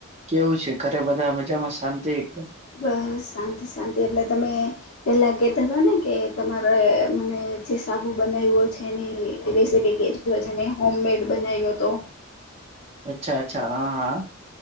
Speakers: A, on the right; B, on the left.
A: કેવું છે ઘરે બધા મજામાં શાંતિ એકદમ?
B: બસ શાંતિ શાંતિ એટલે તમે પેલા કહેતા હતા ને કે તમારે મને જે સાબુ બનાવ્યો છે એની રેસીપી કહેધી હોય છે મેં હોમમેડ બનાવ્યો તો
A: અચ્છા અચ્છા હા હા! !